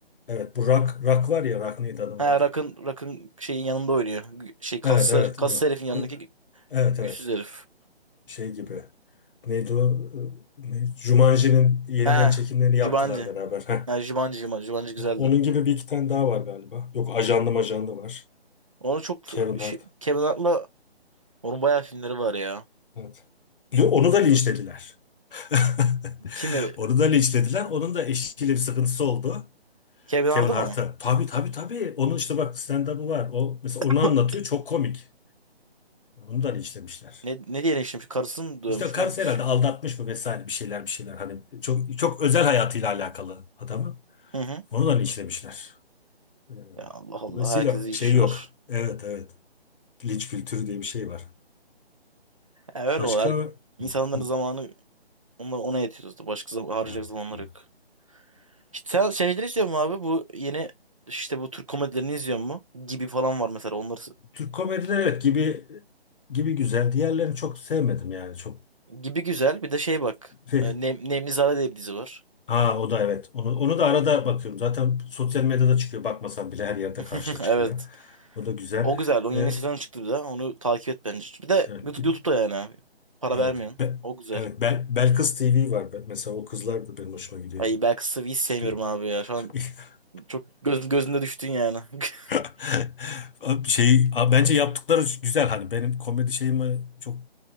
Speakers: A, on the left; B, on the right.
A: Evet, bu rak rak var ya rak neydi adamın
B: Ha
A: adı?
B: Rock'ın Rock'ın şeyin yanında oynuyor. Gü- Şey kaslı,
A: Evet, evet,
B: kaslı
A: onu.
B: herifin yanındaki
A: Evet,
B: gü-
A: evet.
B: güçsüz
A: evet.
B: herif.
A: Şey gibi. Neydi o? Ee, ne? Jumanji'nin yeniden
B: Ha
A: çekimlerini yaptılar
B: Jumanji.
A: beraber.
B: Ha Jumanji Jumanji, Jumanji güzeldi.
A: <laughs> Onun gibi bir iki tane daha var galiba. Yok, ajanda majanda var.
B: Onu çok
A: Kevin Hart.
B: şey, Kevin Hart'la onun bayağı filmleri var ya.
A: Evet. Yo, Onu da linçlediler. <laughs>
B: Kimi?
A: Onu da linçlediler. Onun da eşiyle bir sıkıntısı oldu.
B: Kevin
A: Kevin
B: Hart'ı
A: Hart'a.
B: mı?
A: Tabii tabii tabii. Onun işte bak stand-up'ı var. O mesela
B: <laughs>
A: onu anlatıyor. Çok komik. Onu da işlemişler.
B: Ne, ne diye şimdi karısını mı dövmüş
A: İşte karısı
B: ne yapmış?
A: herhalde aldatmış mı vesaire bir şeyler bir şeyler. Hani çok çok özel hayatıyla alakalı adamı.
B: Hı hı.
A: Onu da işlemişler. Ee,
B: Ya Allah Allah
A: Dolayısıyla
B: herkese iş
A: şey
B: var.
A: yok. Evet evet. Linç kültürü diye bir şey var.
B: Ya öyle
A: Başka
B: o. her-
A: Hı,
B: İnsanların
A: hı.
B: zamanı ona, ona yetiyordu. Başka zaman, harcayacak
A: evet.
B: zamanları
A: evet.
B: yok. İşte sen şeyleri izliyor musun abi? Bu yeni işte bu Türk komedilerini izliyor mu? Gibi falan var mesela. Onları
A: Türk komedileri evet gibi gibi güzel. Diğerlerini çok sevmedim yani. Çok
B: gibi güzel. Bir de şey bak.
A: e,
B: e, Nem, Nemlizade diye bir dizi var.
A: Ha o da evet. Onu, onu da arada bakıyorum. Zaten sosyal medyada çıkıyor. Bakmasam bile her yerde
B: <laughs>
A: karşıda
B: Evet.
A: çıkıyor. O da güzel.
B: O güzel. Onun yeni
A: Ee,
B: sezonu çıktı bir de. Onu takip et bence. Bir de
A: evet.
B: YouTube,
A: bir-
B: YouTube'da yani abi. Para
A: evet.
B: vermiyorsun.
A: Be-
B: O güzel.
A: evet. Bel, Belkıs TV var. Ben- Mesela o kızlar da benim hoşuma gidiyor.
B: Ay belki Sıvı'yı hiç sevmiyorum
A: Hiç duydum.
B: abi ya. Şu an
A: <laughs>
B: çok göz, gözümde düştün yani. <laughs>
A: <laughs> Abi Şey, abi bence yaptıkları güzel hani benim komedi şeyime çok